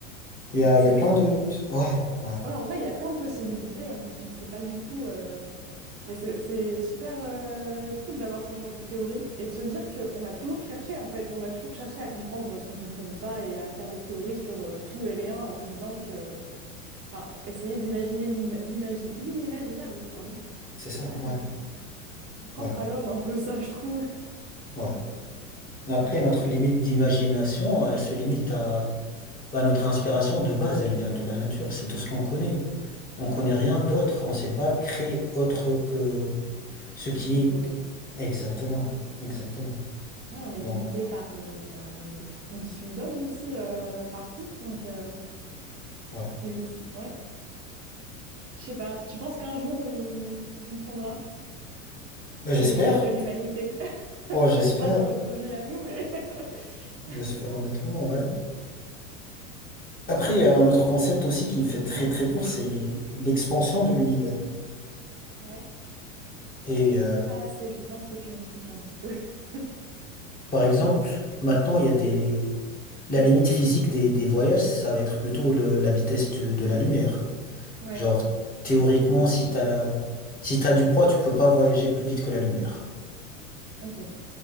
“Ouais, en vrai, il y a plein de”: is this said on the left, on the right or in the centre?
Right